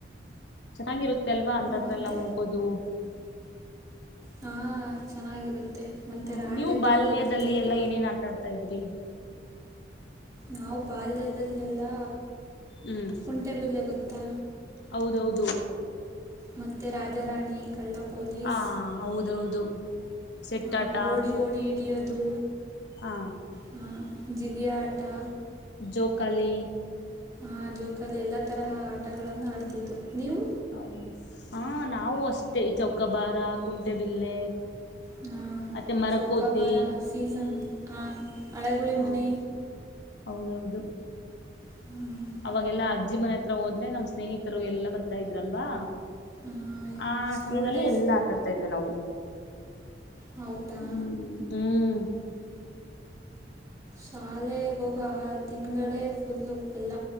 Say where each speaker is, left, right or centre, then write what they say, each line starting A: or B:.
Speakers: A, on the left; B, on the right.
A: ಚೆನ್ನಾಗಿರುತ್ತೆ ಅಲ್ವಾ ಅಂತತ್ರಲ್ಲ್
B: ಮತ್ತು
A: ಎಲ್ಲ ಹೋಗೋದು.
B: ಹಾ ಚೆನ್ನಾಗಿರುತ್ತೆ. ಮತ್ತು
A: ಹಾ
B: ರಾಟೆಗಳೆಲ್ಲ
A: ನೀವು ಬಾಲ್ಯದಲ್ಲಿ
B: ಬರ್ತಾವಲ್ಲ
A: ಎಲ್ಲಾ ಏನೇನ್ ಆಟ ಆಡ್ತಾ ಇದ್ರಿ.
B: ನಾವು ಬಾಲ್ಯದಲ್ಲೆಲ್ಲ.
A: ಹ್ಮ್
B: ಕುಂಟೆ ಬಿಲ್ಲೆ ಗೊತ್ತಾ.
A: ಹೌದೌದು.
B: ಮತ್ತೆ ರಾಜಾರಾಣಿ ಕಳ್ಳಪ್ ಪೊಲೀಸ್
A: ಹ ಹೌದೌದು ಸೆಟ್ಟಾಟ
B: ಹ ಓಡಿ ಓಡಿ ಹಿಡಿಯೋದು.
A: ಹಾ
B: ಹಾ ಜಿಗಿಯ ಆಟಾ.
A: ಜೋಕಾಲಿ.
B: ಆ ಜೋಕಲ್ಲಿ ಎಲ್ಲಾ ತರಹ ಆಟಗಳನ್ನು ಆಡ್ತಿದ್ದು ನೀವು.
A: ಹೌ ಹ ನಾವು ಅಷ್ಟೇ ಈ ಚೌಕಾಬಾರ ಕುಂಟೆಬಿಲ್ಲೆ.
B: ಹಾಂ
A: ಮತ್ತೆ ಮರಕೋತಿ
B: ಚೌಕಾಬಾರ ಸೀಸನ್ ಹಂ ಹಳಗುಳಿ
A: ಹ
B: ಮನೆ
A: ಹೌದೌದು
B: ಹು
A: ಅವಾಗೆಲ್ಲಾ ಅಜ್ಜಿ ಮನೆ ಹತ್ರ ಹೋದ್ರೆ ನಮ್ ಸ್ನೇಹಿತರು ಎಲ್ಲಾ ಬರ್ತಾ ಇದ್ರಲ್ವಾ
B: ಹಾಂ
A: ಆ
B: ಸ್ಕೂಲ್
A: ಸಮಯದಲ್ಲಿ
B: ಡೇಸ್
A: ಎಲ್ಲಾ ಆಟಾಡ್ತಾ ಇದ್ವಿ ನಾವು
B: ಹೌದಾ
A: ಹ್ಮ್ ಹ್ಮ್
B: ಶಾಲೆಗೋಗ ದಿನಗಳೆ ಫುಲ್ಲು ಎಲ್ಲ